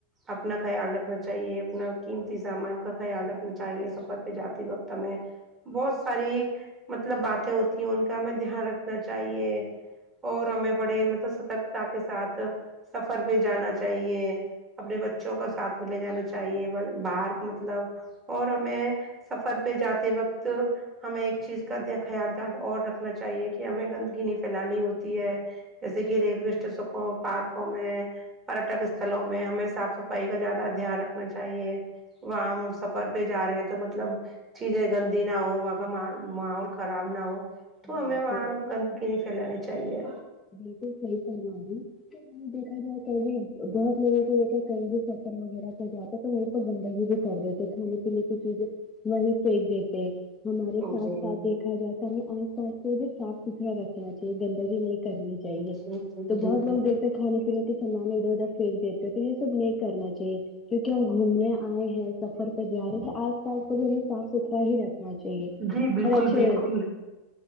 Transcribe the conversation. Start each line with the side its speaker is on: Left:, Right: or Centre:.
Right: اپنا خیال رکھنا چاہیے اپنا قیمتی سامان کا خیال رکھنا چاہیے سفر پہ جاتے وقت ہمیں بہت ساری مطلب باتیں ہوتی ہیں ان کا ہمیں دھیان رکھنا چاہیے اور ہمیں بڑے مطلب سترکتا کے ساتھ سفر پے جانا چاہیے اپنے بچوں کا ساتھ ملے جانا چاہیے باہر مطلب اور ہمیں سفر پہ جاتے وقت ہمیں ایک چیز کا خیالات اور رکھ نا چاہیے کہ ہمیں گندگی نہیں پھیلانی ہوتی ہے جیسے کہ ریلوے اسٹیشکوں پارکوں میں پریٹک استھلوں میں ہمیں صاف صفائی کا زیادہ دھیان رکھنا چاہیے وہاں ہم سفر پہ جا رہے ہیں تو مطلب چیزیں گندی نہ ہو وہاں کا م ماحول خراب نہ ہو تو ہمیں
Left: بالکل
Right: وہاں گندگی نہیں پھیلانی چاہیے
Left: بالکل صحیح فرما رہی ہے دیکھا جائے کبھی بہت لوگوں کو د ہے کہیں بھی سفر وغیرہ پہ جاتا تو وہ تو گندگی بھی کر دیتے کھانے پینے کی چیزیں وہی پھینک دیتے ہے ہمارے
Right: جی
Left: ساتھ ساتھ دیکھا جائے تو ہمیں آس پاس کو بھی صاف ستھرا رکھنا چاہیے گندگی نہیں کرنی چاہیے
Right: جی
Left: تو بہت
Right: جی جی
Left: لوگ دیکھ کھانے پینے کے سامان ادھر ادھر پھینک دیتے ہے تو یہ سب نہیں کرنا چاہیے کیونکہ ہم گھومنے آئے ہیں سفر پہ جا رہے تو آج کو بھی ہمیں صاف ستھرا ہی رکھنا چاہیے
Right: جی بالکل
Left: اور اچھے
Right: بالکل